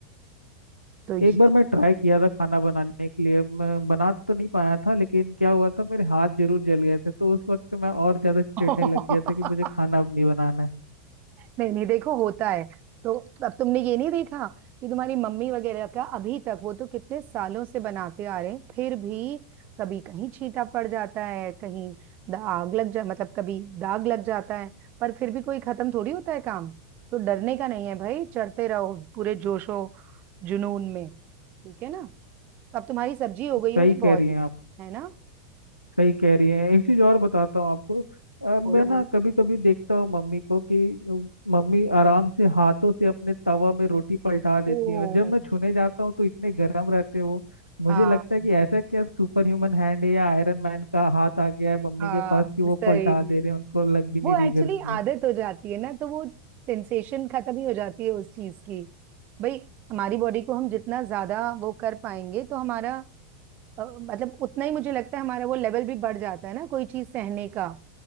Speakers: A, on the right; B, on the left.
A: तो ये
B: एक बार मैं ट्राई किया था खाना बनाने के लिए मैं बना तो नहीं पाया था लेकिन क्या हुआ था मेरे हाथ जरूर जल गए थे तो उस वक्त मैं और ज़्यादा चिढ़ने
A: <laughs>
B: लग गया था कि मुझे खाना अब नहीं बनाना है
A: नहीं नहीं देखो होता है तो अब तुमने ये नहीं देखा कि तुम्हारी मम्मी वगैरह का अभी तक वो तो कितने सालों से बनाते आ रहे हैं फिर भी कभी कहीं छींटा पड़ जाता है कहीं दाग लग जा मतलब कभी दाग लग जाता है पर फिर भी कोई खत्म थोड़ी होता है काम तो डरने का नहीं है भाई चढ़ते रहो पूरे जोशो जुनून में ठीक है ना तो अब तुम्हारी सब्जी हो
B: सही
A: गई होगी बॉईल
B: कह रही हैं आप
A: है ना
B: सही कह रही हैं एक चीज़ और बताता हूँ आपको अ, मैं
A: बोलो
B: ना
A: बोलो
B: कभी कभी देखता हूँ मम्मी को कि अ, मम्मी आराम से हाथों से अपने तवा में रोटी पलटा देती
A: ओ
B: है और जब मैं छूने जाता हूँ तो इतने गर्म रहते हैं वो मुझे
A: हाँ
B: लगता है कि ऐसा क्या सुपर ह्यूमन हैंड है या आयरन मैन का हाथ आ गया है मम्मी
A: हाँ
B: के पास कि वो
A: सही
B: पलटा दे रहे हैं उनको लग भी नहीं
A: वो
B: रही
A: एक्चुअली
B: गर्मी
A: आदत हो जाती है ना तो वो सेंसेशन खत्म ही हो जाती है उस चीज की भाई हमारी बॉडी को हम जितना ज्यादा वो कर पाएंगे तो हमारा अ, मतलब उतना ही मुझे लगता है हमारा वो लेवल भी बढ़ जाता है ना कोई चीज सहने का